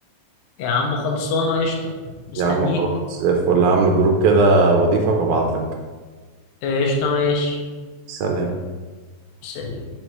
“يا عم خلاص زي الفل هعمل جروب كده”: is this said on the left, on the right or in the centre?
Right